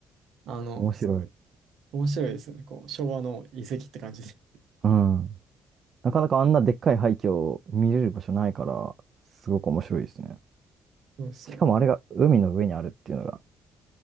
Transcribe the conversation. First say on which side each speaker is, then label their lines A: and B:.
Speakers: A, on the right (about 75°); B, on the right (about 50°).
A: な。あの、
B: 面白い。
A: すごい、面白いですよね。こう、昭和の遺跡って感じで。
B: うん。なかなかあんなでっかい廃墟を見れる場所ないから、すごく面白いですね。
A: そうですよね。
B: しかもあれが海の上にあるっていうのが